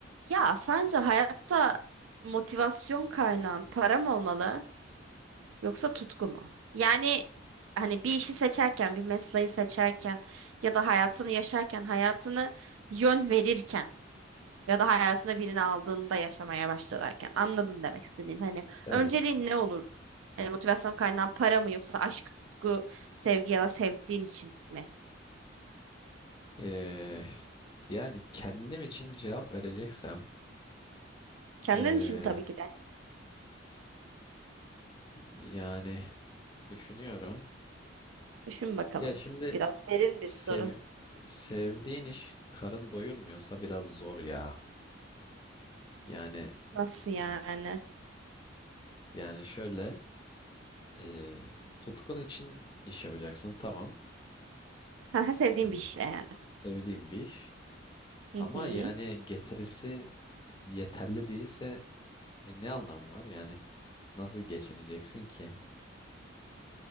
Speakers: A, on the right; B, on the left.
A: Ya sence hayatta motivasyon kaynağın para mı olmalı yoksa tutku mu? Yani hani bir işi seçerken, bir mesleği seçerken ya da hayatını yaşarken, hayatını yön verirken ya da hayatına birini aldığında yaşamaya başlarken anladın demek istediğim. Hani
B: Evet.
A: önceliğin ne olurdu? Hani motivasyon kaynağın para mı yoksa aşk, tutku, sevgi ya da sevdiğin için mi?
B: Ee, yani kendim için cevap vereceksem
A: Kendin
B: ee,
A: için tabii ki de.
B: yani düşünüyorum.
A: Düşün bakalım.
B: Ya şimdi
A: Biraz derin bir
B: sev,
A: soru.
B: sevdiğin iş karın doyurmuyorsa biraz zor ya. Yani
A: Nasıl yani?
B: e, yani şöyle e, tutkun için iş yapacaksın tamam.
A: Ha, sevdiğim
B: Hani
A: bir işte yani.
B: sevdiğin bir iş
A: Hı
B: ama
A: hı.
B: yani getirisi yeterli değilse e, ne anlamı var? Yani nasıl geçineceksin ki?